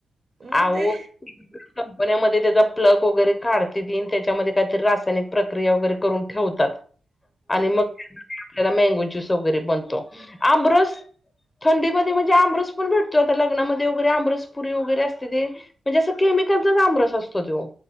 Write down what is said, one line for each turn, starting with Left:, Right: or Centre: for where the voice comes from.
Right: मग
Left: अहो
Right: ते.
Left: कंपन्यामध्ये त्याचा प्लग वगैरे काढते ती आणि त्याच्यामध्ये काहीतरी रासायनिक प्रक्रिया वगैरे करून ठेवतात.
Right: <inaudible>
Left: आणि मग आपल्याला मँगो ज्यूस वगैरे बनतो आंबरस. थंडीमध्ये म्हणजे आंबरस पण भेटोताग्नामध्ये वगैरे आमरस. पूरी वगैरे असते ते म्हणजे अस केमिकलचा तमरस असतो तो